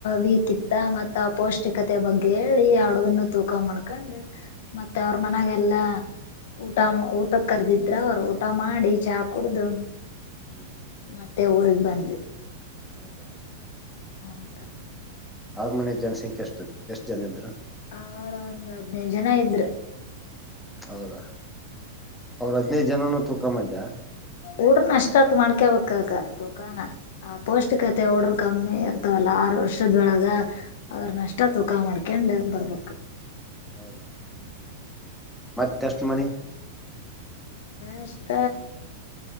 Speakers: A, on the left; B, in the centre.
A: ವೀಕ್ ಇತ್ತ ಮತ್ತ ಅಪ್ ಪೌಷ್ಟಿಕತೆೆಯ ಬಗ್ಗೆ ಹೇಳಿ. ಹಡುಗನ್ನು ತೂಕ ಮಾಡ್ಕೊಂಡ್ ಮತ್ತೆ ಅವ್ರ ಮನಾಗೆಲ್ಲಾ ಊಟ ಊಟ ಕರ್ದಿದ್ರ ಅವರು ಊಟ ಮಾಡಿ ಚಾ ಕುಡ್ದು
B: ಹ್ಮ್
A: ಮತ್ತೆ ಊರ್ಗ್ ಬಂದ್ವಿ.
B: ಹೌದಾ
A: ಹೌದ
B: ಆ ಮನೆ ಜನಸಂಖ್ಯೆ ಅಷ್ಟ ಎಷ್ಟ್ ಜನ ಇದ್ರು.
A: ಅವ್ರ ಒಂದ್ ಹದ್ನೈದು ಜನ ಇದ್ರ.
B: ಹೌದಾ. ಅವ್ರ ಹದ್ನೈದು ಜನನು. ತೂಕ ಮಾಡ್ದ
A: ಹಡ್ರ ನಷ್ಟತ್ ಮಾಡ್ಕಬಕ್ ಕಾಕಾ ತದುಕಾನ ಹ ಪೌಷ್ಟಿಕತೆ
B: ಹೌದಾ
A: ಒಡರು ಕಮ್ಮಿ ಇರ್ತ ಇತವಲ್ಲ ಆರು ವರ್ಷದೊಳಗ. ಅವ್ರ ನಷ್ಟ ತೂಕಾ ಮಾಡ್ತಾರೆ ಮಾಡ್ಕಂಡ್ ಬರ್ಬಕ್ -
B: ಹೌದಾ ಮತ್ತೆಷ್ಟ. ಷ್ಟು ಮನಿ
A: ಅಷ್ಟ